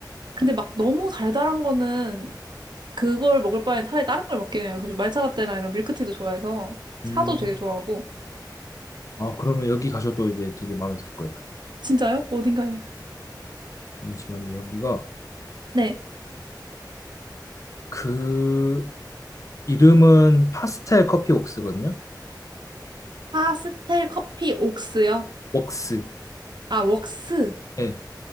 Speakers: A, on the right; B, on the left.
A: 근데 막 너무 달달한 거는 그걸 먹을 바에 차라리 다른 걸 먹긴 해요. 그래서 말차 라떼나 이런 밀크티도 좋아해서 차도
B: 음.
A: 되게 좋아하고
B: 아, 그러면 여기 가셔도 이제 되게 마음에 들 거예요.
A: 진짜요? 어딘가요?
B: 잠시만요. 여기가
A: 네.
B: 그 이름은 파스텔 커피 웍스거든요.
A: 파스텔 커피 옥스요?
B: 웍스.
A: 아, 웍스.
B: 예.